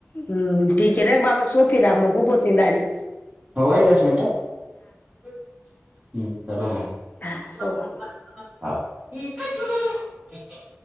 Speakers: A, on the left; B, on the right.
A: हूं ठीक हे रख बाबा सो फिर, अब मोकू भोत निंद आरी.
B: हो गये दस मिनट <unintelligible>
A: हा सो बाबा
B: हा ए काय करू राहिला?